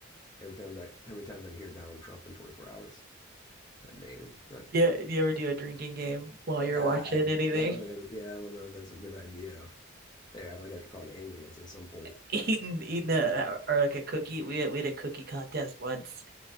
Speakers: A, on the left; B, on the right.
A: every time I, how many times I can hear Donald Trump in 24 hours? That name, but
B: Yeah, do you ever do a drinking game while you're
A: nah,
B: watching
A: I
B: anything?
A: yeah, I don't think. That's, yeah, I don't know if that's a good idea. There, I might have to call an ambulance at some point.
B: <laughs> Eating, eating
A: with
B: a
A: that one. <laughs>
B: or like a cookie. We had we had a cookie contest once.